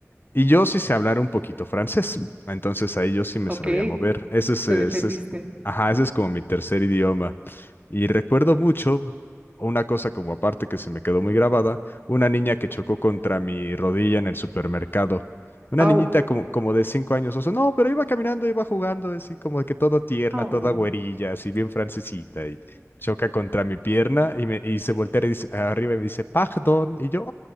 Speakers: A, on the left (about 45°); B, on the right (about 25°).
A: Y yo sí sé hablar un poquito francés, entonces ahí yo sí me
B: Ok,
A: sabía mover. Ese es,
B: te
A: ese
B: defendiste.
A: es, ajá, ese es como mi tercer idioma. Y recuerdo mucho una cosa como aparte que se me quedó muy grabada, una niña que chocó contra mi rodilla en el supermercado. Una
B: Au,
A: niñita como, como de cinco años o sea, no, pero iba caminando, iba jugando, así como que toda tierna,
B: au.
A: toda güerilla, así bien francesita, y choca contra mi pierna y, me, y se voltea y dice, arriba y me dice, pardon, y yo,